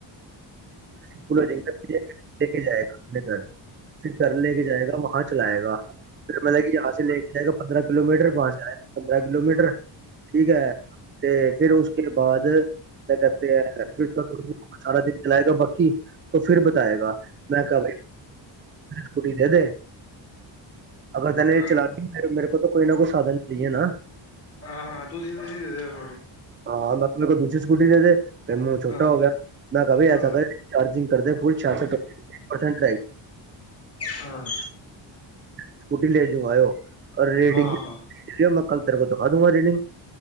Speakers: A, on the right; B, on the left.
A: <inaudible> ਲੇ ਕੇ ਜਾਏ ਅਪਨੇ ਘਰ। ਫਿਰ ਘਰ ਲੈ ਕੇ ਜਾਏਗਾ ਵਹਾ ਚਲਾਏਗਾ। ਫਿਰ ਮਤਲਬ ਕਿ ਯਹਾ ਸੇ ਲੈ ਕੇ ਜਾਏਗਾ ਪੰਦਰਾਂ ਕਿਲੋਮੀਟਰ ਆਏਗਾ ਪੰਦਰਾਂ ਕਿਲੋਮੀਟਰ ਠੀਕ ਐ। ਤੇ ਫਿਰ ਉਸਕੇ ਬਾਦ ਕਯਾ ਕੇਤੇ ਐ ਫਿਰ <unintelligible> ਸਾਰਾ ਦਿਨ ਚਲਾਏਗਾ ਬਾਕੀ ਫਿਰ ਬਤਾਏਗਾ ਮੈਂ ਕ ਸਕੂਟੀ ਦੇਦੇ। ਅਗਰ ਤੈਨੇ
B: ਹਾਂ
A: ਏ ਚਲਾਨੀ ਏ ਮੇਰੇ ਕੋ ਤਾਂ ਕੋਈ ਨਾ ਕੋਈ ਸਾਧਨ ਨੀ ਏ ਨਾ।
B: ਹਾਂ ਤੁਸੀਂ-ਤੁਸੀਂ ਦੇਦੋ।
A: ਹਾਂ <unintelligible> ਦੂਜੀ ਸਕੂਟੀ ਦੇ-ਦੇ ਤੇ ਮੂਉ ਛੋਟਾ
B: ਹਾਂ
A: ਹੋ ਗਿਆ। ਮੈਂ ਕਾ ਬੀ
B: ਹਾਂ
A: ਐਸਾ ਕਰ ਚਾਰਜਿੰਗ ਕਰਦੇ ਫੁਲ ਛ <unintelligible> ਸਠ ਪਰਸੈਂਟ ਰਏ।
B: ਹਾਂ
A: ਸਕੂਟੀ ਲੈ ਜੂਗਾ ਯੋ ਔ ਰੇਡਿੰਗ
B: ਹਾਂ ਹਾਂ
A: ਮੈਂ ਕਲ ਤੇਰੇ ਕੋ ਦਿਖਾਦੁਗਾ ਰਿਡੀਗ।